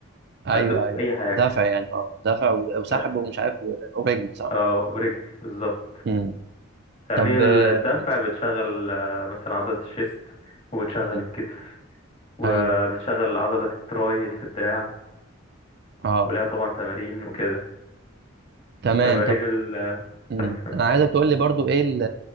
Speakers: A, on the right (about 50°); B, on the left (about 30°).
A: ايوه
B: هتزق
A: ايوه
B: اي حاجه
A: دافع يعني اه دافع و- وسحب
B: دفع
A: ومش عارف و- ورجل صح؟
B: اه ورجل بالظبط
A: امم
B: تمارين
A: طب آه،
B: الدفع
A: مم.
B: بتشغل آه، مثلا عضله الشيست وبتشغل
A: مم.
B: الكتف وبتشغل
A: ايوه
B: عضلة التراي اللي في الدراع
A: اه
B: ولها طبعا تمارين وكده
A: تمام
B: وتمارين
A: طب
B: ال
A: مم.
B: كمل كمل
A: انا
B: قول.
A: عايزك تقول لي برضو ايه ال